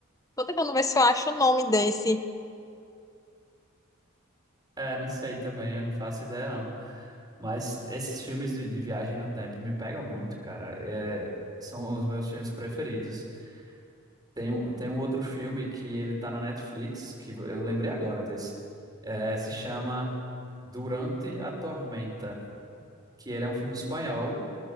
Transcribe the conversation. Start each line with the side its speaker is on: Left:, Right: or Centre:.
Left: tô tentando ver se eu acho o nome desse.
Right: É, não sei também, eu não faço ideia, não. Mas esses filmes de, de viagem no tempo me pegam muito, cara. É, são os meus filmes preferidos. Tem um, tem um outro filme que ele tá na Netflix, que eu lembrei agora desse. É, se chama Durante a Tormenta, que ele é um filme espanhol